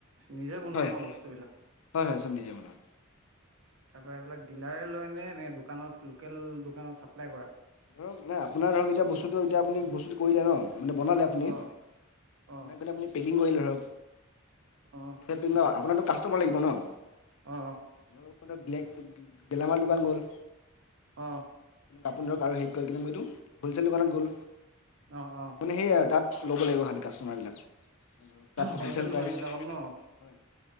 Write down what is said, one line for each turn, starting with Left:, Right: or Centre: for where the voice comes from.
Right: নিজে বনোৱা
Left: হয়
Right: ন বস্তুবিলাক তাৰপাৰা
Left: হয় হয় চব নিজে বনাওঁ।
Right: এইবিলাক ডিলাৰে লয় নে এনে দোকানত লোকেল দোকানত চাপ্লাই কৰা।
Left: ধৰক ন আপোনাৰ ধৰক এতিয়া বস্তুটো এতিয়া আপুনি বস্তুটো কৰিলে ন মানে বনালে আপুনি
Right: অ অ
Left: বনাই পেলাই আপুনি পেকিং কৰিলে ধৰক।
Right: অ
Left: সেইটো ন আপোনাৰটো কাষ্টমাৰ লাগিব ন।
Right: অ
Left: গিলেক গেলামাল দোকান গ'ল
Right: অহ'
Left: আপোনি ধৰক আৰু হেইত গ'ল কেনে এইটো হ'লচেল দোকানত গ'ল
Right: অ অ
Left: মানে সেইয়া তাত ল'ব লাগিব খালি কাষ্টমাৰবিলাক। তাত
Right: হ'লচেল
Left: প্ৰাইচ
Right: দোকান বিলাকত ন
Left: হয়